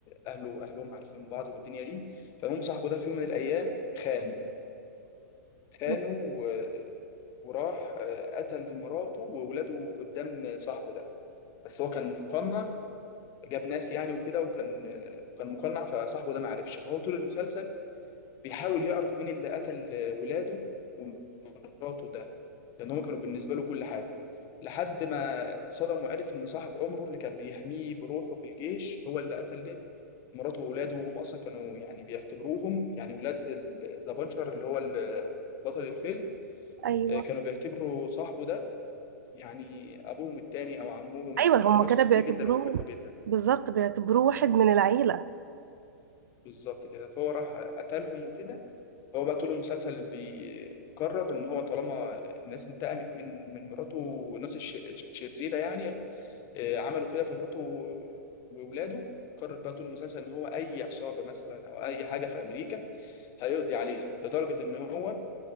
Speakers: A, on the left; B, on the right.
A: اهله واهلهم عارفين بعض والدنيا دي فالمهم صاحبه ده في يوم من الايام خانه خانه
B: كده
A: و- وراح آه، قتل مراته وولاده قدام صاحبه ده بس هو كان مقنع جاب ناس يعني وكده وكان آه، وكان مقنع فصاحبه ده ما عرفش فهو طول المسلسل بيحاول يعرف مين اللي قتل ولاده ومراته ده لان هم كانوا بالنسبه له كل حاجه لحد ما اتصدم وعرف ان صاحب عمره اللي كان بيحميه بروحه في الجيش هو اللي قتل ليه مراته وولاده وهم اصلا كانوا يعني بيعتبروهم يعني ولاد ذا بانشر اللي هو ال- بطل الفيلم
B: أيوه
A: آه، كانوا بيعتبروا صاحبه ده يعني ابوهم التاني او عمهم
B: أيوه
A: كانوا
B: هما
A: بيثقوا
B: كده بيعتبروه
A: فيه جدا وبيحبوه جدا
B: بالظبط بيعتبروه واحد من العيلة
A: بالظبط كده فهو راح قتلهم وكده هو بقى طول المسلسل بيقرر ان هو طالما الناس انتقمت من من مراته والناس الش- الشريره يعني آه، عملوا كده في مراته واولاده قرر بقى طول المسلسل ان هو اي عصابه مثلا او اي حاجه في امريكا هيقضي عليها لدرجه ان هو